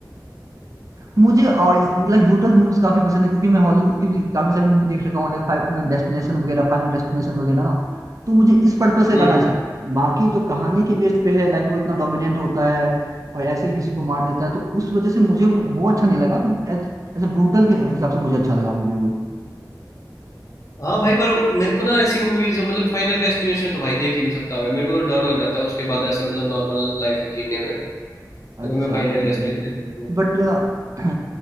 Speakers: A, on the right (about 50°); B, on the left (about 40°).
A: मुझे और लाइक ब्रूटल मूवीज काफी पसंद है क्योंकि मैं हॉलीवुड की भी काफी सारी मूवी देख रखा हूँ लाइक डेस्टिनेशन वगैरह फाइनल डेस्टिनेशन वगैरह ना तो मुझे इस पर्पज से
B: हम्म
A: गाना
B: हम्म
A: अच्छा लगता है। बाकी जो कहानी के बेस्ड पे है लाइक वो इतना डोमिनेंट होता है और ऐसे ही किसी को मार देता है तो उस वजह से मुझे वो, वो अच्छा नहीं लगा बट एज ए ब्रूटल के हिसाब से मुझे अच्छा लगा मूवी वो
B: हाँ भाई पर मेरे को ना ऐसी मूवीज मतलब फाइनल डेस्टिनेशन तो भाई देख ही नहीं सकता मैं मेरे को तो डर लग जाता है उसके बाद ऐसे मतलब नॉर्मल लाइफ जीने में अगर
A: अच्छा
B: मैं फाइनल
A: भाई
B: डेस्टिनेशन देख लूँ
A: बट <clears throat>